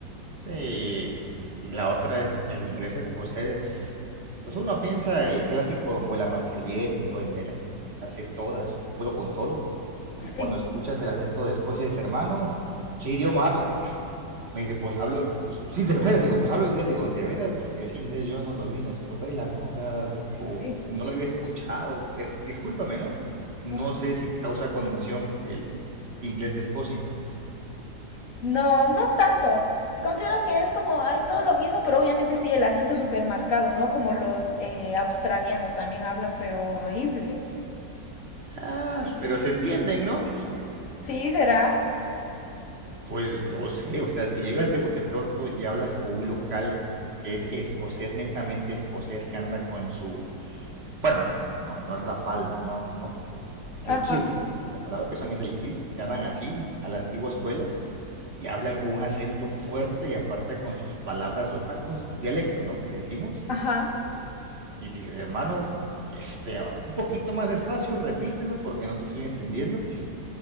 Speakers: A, on the right; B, on the left.
A: Sí. Y la otra es el inglés escocés. Pues uno piensa el clásico vuela más que el viento, el me la hace todas, puedo con todo.
B: Sí,
A: Y cuando escuchas el acento de Escocia, dices, hermano, ¿qué idioma hablas? Me dice, pues hablo, pues, sí, de veras, digo, pues hablo inglés, digo, de veras, porque ese inglés yo no lo vi en la escuela, ¿no? O sea, o
B: sí.
A: no lo había escuchado, pero discúlpame, ¿no? No
B: Ujú.
A: sé si te causa conmoción el inglés de Escocia.
B: No, no tanto. Considero que es como, hay todo lo mismo, pero obviamente sí, el acento súper marcado, ¿no? Como los eh, australianos también hablan, pero horrible.
A: Ah, pero se entienden, ¿no?
B: Sí, ¿será?
A: Pues no sé, o sea, si llegas de bote pronto y hablas con un local que es escocés, netamente escocés, que anda con su, bueno, no, no es la falda, ¿no?
B: Ajá,
A: El kilt, la, la palabra que son es el kilt, que andan así, a la antigua escuela, y hablan con un acento fuerte y aparte con sus palabras locales, con su dialecto, ¿no? Que le decimos.
B: ajá.
A: Y te dije, hermano, este, un poquito más despacio, repíteme porque no te estoy entendiendo.